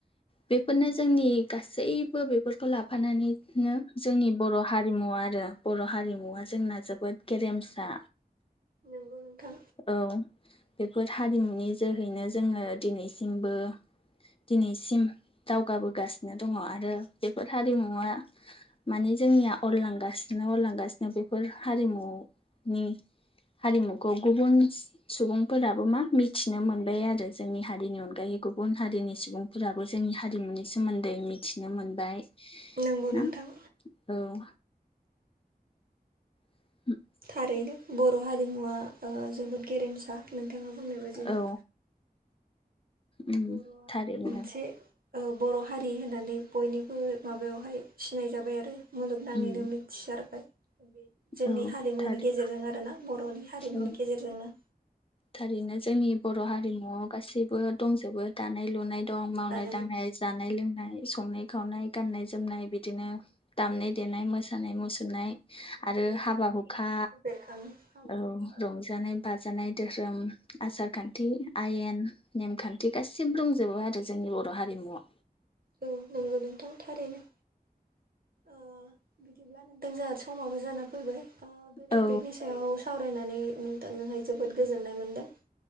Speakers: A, on the left (about 35°); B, on the right (about 65°).
A: बेफोरनो जोंनि गासैबो बेफोरखौ लाफानानैनो जोंनि बर' हारिमु आरो बर' हारिमुवा जोंना जोबोद गेरेमसा।
B: नंगौ नोंथां
A: औ। बेफोर हारिमुनि जोहैनो जोङो दिनैसिमबो दिनैसिम दावगाबोगासिनो दङ आरो बेफोर हारिमुवा माने जोंनिया अरलांगासिनो अरलांगासिनो बेफोर हारिमुनि हारिमुखौ गुबुन सुबुंफोराबो मा मिथिनो मोनबाय आरो जोंनि हारिनि अनगायै गुबुन हारिनि सुबुं फोराबो जोंनि हारिमुनि सोमोन्दै मिथिनो मोनबाय।
B: नंगौ
A: ना
B: नोंथां।
A: औ। <inaudible>
B: थारैनो बर' हारिमुवा ओ जोबोद गेरेमसा नोंथाङा बुंनाय बायदिनो।
A: औ उम
B: बर'आ
A: थारैनो
B: मोनसे ओ बर' हारि होननानै बयनिबो माबायावहाय सिनायजाबाय आरो मुलुगनाङैनो
A: उम
B: मि थिसारबाय जोंनि
A: औ
B: हारिमुनि
A: थारै
B: गेजेरजों आरो ना बर'नि हारिमुनि
A: औ
B: गेजेरजोंनो।
A: थारैनो जोंनि बर' हारिमुवआव गासैबो दंजोबो दानाय लुनाय दं मावनाय
B: दानानै
A: दांनाय जानाय लोंनाय संनाय खावनाय गाननाय जोमनाय बिदिनो दामनाय देनाय मोसानाय मुसुरनाय आरो
B: औ
A: हाबा हुखा
B: बेरखाङो हाबा
A: औ
B: हुखा
A: रंजानाय बाजानाय धोरोम आसार खान्थि आयेन नेमखान्थि गासिबो दंजोबो आरो जोंनि बर' हारिमुआव।
B: औ नंगौ नोंथां थारैनो। ओ बिदिब्ला नोंथां जोंहा समाबो जाना फैबाय ओ बे
A: औ
B: टपिकनि सायाव सावरायनानै नोंथांजोंहाय जोबोद गोजोननाय मोनदों।